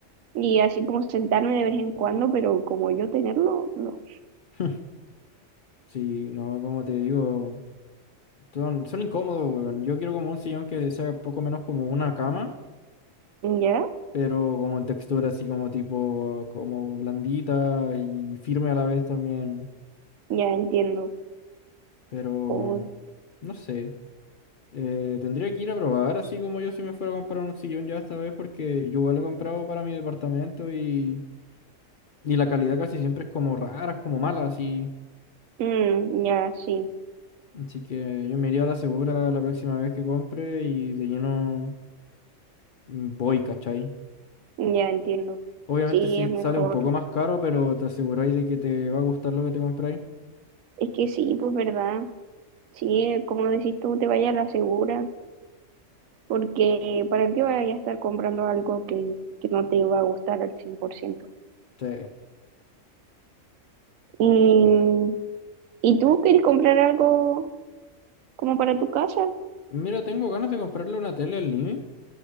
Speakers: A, on the right (about 85°); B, on the left (about 55°).
A: y así como sentarme de vez en cuando, pero como yo tenerlo, no.
B: <laughs> Sí, no, como te digo. Son, son incómodos, weón. Yo quiero como un sillón que sea poco menos como una cama,
A: Ya,
B: pero como en textura así como tipo, como blandita y firme a la vez también.
A: ya entiendo.
B: Pero,
A: Uy,
B: no sé. Eh, tendría que ir a probar así como yo si me fuera a comprar un sillón ya esta vez porque yo igual he comprado para mi departamento y, y la calidad casi siempre es como rara, es como mala así.
A: mm, ya sí,
B: Así que yo me iría a la segura la próxima vez que compre y de lleno mm, voy, ¿cachai?
A: ya entiendo.
B: Obviamente
A: Sí,
B: sí
A: es mejor.
B: sale un poco más caro, pero te aseguráis de que te va a gustar lo que te compráis.
A: Es que sí, pues verdad. Sí, eh, como decís tú, te vayas a la segura, porque ¿para qué vayas a estar comprando algo que, que no te va a gustar al cien por ciento.
B: Sí.
A: ¿Y, ¿y tú querés comprar algo como para tu casa?
B: Mira, tengo ganas de comprarle una tele al living,